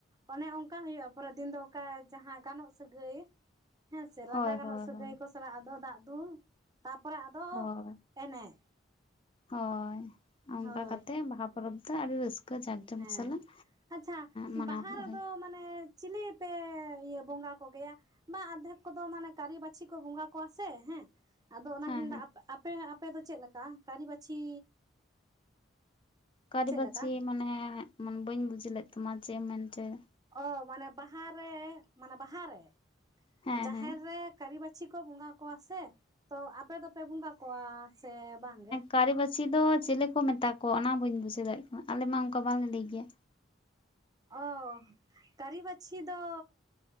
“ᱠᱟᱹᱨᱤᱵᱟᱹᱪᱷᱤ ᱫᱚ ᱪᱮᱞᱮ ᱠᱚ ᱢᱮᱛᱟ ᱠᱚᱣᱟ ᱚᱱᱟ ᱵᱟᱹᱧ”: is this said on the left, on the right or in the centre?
Left